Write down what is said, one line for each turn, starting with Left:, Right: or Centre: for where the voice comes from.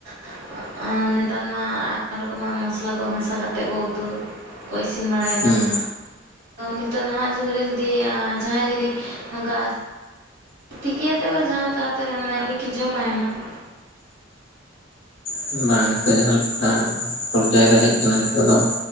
Right: ᱾ ᱦᱚᱸᱜ-ᱟᱸ ᱱᱮᱛᱟᱨ ᱢᱟ ᱟᱭᱢᱟ ᱨᱚᱠᱚᱢᱟᱜ ᱢᱚᱥᱞᱟ ᱠᱚ ᱢᱮᱥᱟ ᱠᱟᱛᱮᱫ ᱠᱚ ᱩᱛᱩ ᱠᱚ ᱤᱥᱤᱱ ᱵᱟᱲᱟᱭ ᱮᱫᱟ
Left: ᱦᱩᱸ
Right: ᱾ ᱱᱤᱛᱚᱜ ᱱᱟᱦᱟᱜ ᱡᱩᱜᱽ ᱨᱮ ᱡᱩᱫᱤ ᱟᱸ ᱡᱟᱦᱟᱸᱭ ᱡᱩᱫᱤ ᱱᱚᱝᱠᱟ ᱛᱤᱠᱤᱭᱟᱛᱮ ᱵᱟ ᱡᱟᱦᱟᱸ ᱞᱮᱠᱟᱣᱟᱛᱮᱫ ᱮᱢᱟᱭᱟ ᱩᱱᱤ ᱠᱤ ᱡᱚᱢᱟᱭ ᱚᱱᱟ ᱾
Left: ᱵᱟᱝ ᱱᱤᱛᱚᱜ ᱡᱟᱦᱟᱸ ᱞᱮᱠᱟ ᱯᱚᱨᱡᱟᱭ ᱨᱮ ᱦᱮᱡ ᱠᱟᱱᱟ ᱱᱤᱛᱚᱜ ᱫᱚ